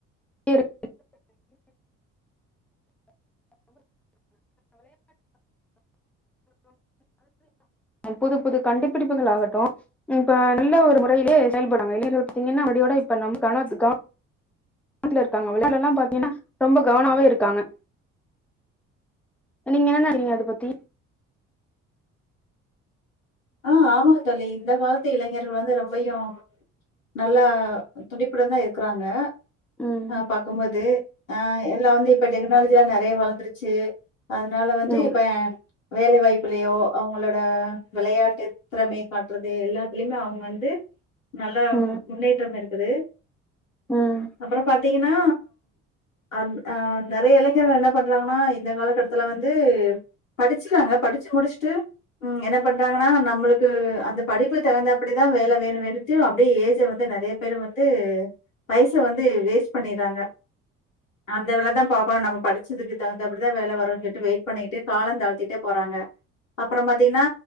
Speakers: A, in the centre; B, on the left.
A: <inaudible> புது புது கண்டுபிடிப்புகள் ஆகட்டு இப்ப நல்ல ஒரு முறையிலயே செயல்பாடுங்க எடுத்தீங்கன்னா அப்படியோட இப்ப நம்ம <unintelligible> பக்கத்துல இருக்காங்க முன்னாடிவிட எல்லா பாத்தீங்கன்னா ரொம்ப கவனாவே இருக்காங்க நீங்க என்ன நெனக்கிறீங்க அத பத்தி
B: ஆ ஆமாங்கத் தோழி இந்த காலத் து இளைஞர்கள் வந்து ரொம்பயு நல்லா துடிப்புடன்தா இருக்கறாங்க
A: ம்
B: ஆ பாக்கும்போது ஆ எல்லா வந்து இப்ப டெக்னாலஜி எல்லா நறைய வளர்ந்துருச்சு அதனால வந்து
A: ம்
B: இப்ப எ வேலைவாய்ப் அப்பள்ளையோ அவங்களோட விளையாட்டு திறமைய காட்டுறது எல்லாத்துலயுமே அவங்க வந்து நல்லா
A: ம்
B: முன்னேற்றம் இருக் று
A: ம்
B: அப்பறோ பாத் தெரியுமா அ அ நறைய இளைஞர்கள் என்ன பண்றாங்கன்னா இந்த காலகட்டத்துல வந்து படிச்சிறாங்க படிச்சு முடுச்ட்டு என்ன பண்றாங்கன்னா நம்மளுக்கு அந்த படிப்பு தகுந்தபடிதா வேல வேணு வேணுன்ட்டு அப்டியே ஏஜ வந்து நறைய பேரு வந்து வைச வந்து வேஸ்ட் பண்ணிறாங்க அந்த வேலதா பாப்போ நம்ம படிச்சுதுக்கு தகுந்தபடிதா வேல வருன் வெய்ட் பண்ணிட்டே காலந் தாழ்த்திட்டே போறாங்க அப்புறம் பாத்தீங்னா